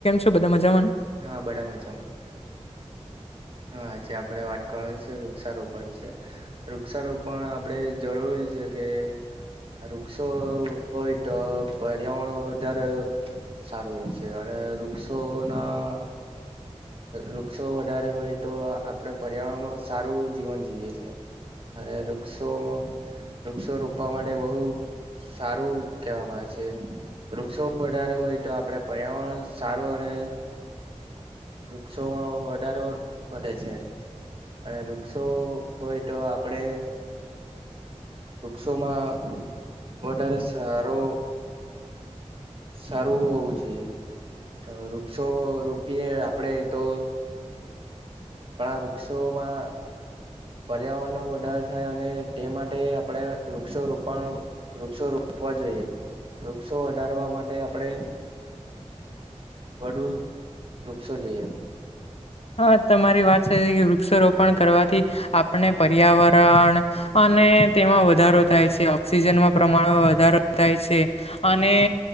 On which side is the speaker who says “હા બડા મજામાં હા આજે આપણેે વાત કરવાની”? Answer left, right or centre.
Right